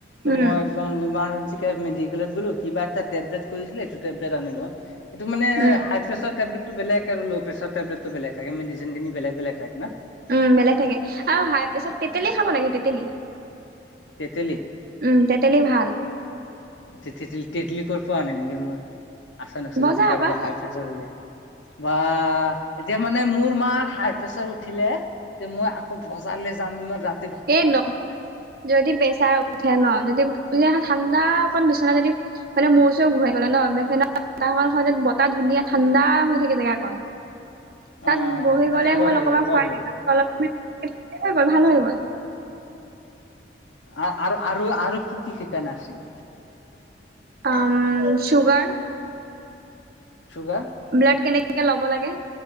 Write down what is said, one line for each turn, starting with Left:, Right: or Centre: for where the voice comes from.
Left: ত'
Right: উম,
Left: মই একদম ইমাৰ্জেঞ্চিকে মেডিকেলত গ'লোঁ কিবা এটা টেবলেট কৰিদিলে এটোত টেবলেট আনিলো হা এইটো মানে
Right: উম।
Left: হাই প্ৰেছাৰ টেবলেটটো বেলেগ আৰু ল' প্ৰেছাৰ টেবলেট টো বেলেগ থাকে মেডিচিন খিনি বেলেগ বেলেগ ৰাখে না।
Right: উম, বেলেগ থাকে আৰু হাই প্ৰেছাত তেতেলী খাব লাগে তেতেলী।
Left: তেতেলী?
Right: উম, তেতেলী ভাল।
Left: তে তেঁতেলী - তেঁতেলী ক'ৰ পৰা আনিমগে মই আচান আছে
Right: বজা
Left: যদি কাৰোবা
Right: পা
Left: হাগ তেতিয়া হলে বা এতিয়া মানে মোৰ মাৰ হাই প্ৰেচাৰ উঠিলে তে মই আকৌ বজাৰলে যাম ইমান ৰাত
Right: এ নক যদি বেচাৰ উঠে ন'যদি <unintelligible> ঠাণ্ডা অকণ বিচনা যদি মানে মূৰ-চুৰ ঘূৰাই গলে ন, <unintelligible> বতাহ ধুনীয়া ঠাণ্ডা হৈ থাকে জেগাকন। <inaudible>
Left: অ
Right: তাত বহি
Left: তাতে
Right: গ'লে
Left: খুৱাই
Right: হ'ল অকমান
Left: খুৱাই
Right: খোৱাই
Left: দিব
Right: <unintelligible>
Left: লাগে
Right: হৈ গ'ল ভাল হৈ গ'ল।
Left: অ' আ আৰু -আৰু কি -কি শিকায় নাৰ্চিঙত?
Right: আম, চুগাৰ
Left: চুগাৰ
Right: ব্লাড কেনেকে ল'ব লাগে